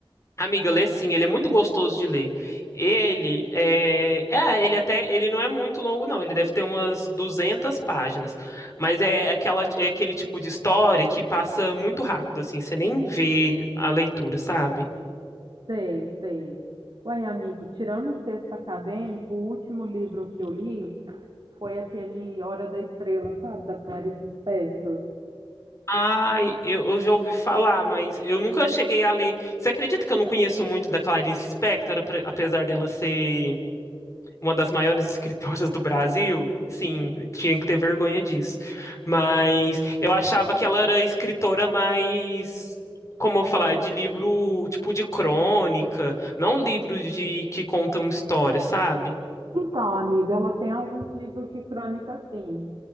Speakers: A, on the left (about 35°); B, on the right (about 55°).
A: Amiga, lê sim, ele é muito gostoso de ler. Ele é... é, ah, ele até, ele não é muito longo não, ele deve ter umas 200 páginas, mas é aquela é aquele tipo de história que passa muito rápido assim, você nem vê a leitura, sabe?
B: Sei, sei. Ué, amigo, tirando os textos acadêmicos, o último livro que eu li Foi aquele Hora da Estrela, sabe? Da Clarice Lispector.
A: Ai, eu, eu já ouvi falar, mas eu nunca cheguei a ler. Você acredita que eu não conheço muito da Clarice Lispector, apre- apesar dela ser uma das maiores <laughs> escritoras do Brasil? Sim, tinha que ter vergonha disso. Mas eu achava que ela era escritora mais, como eu falar, de livro tipo de crônica, não livro de que contam história, sabe?
B: Então, amiga, ela tem alguns livros de crônica, sim.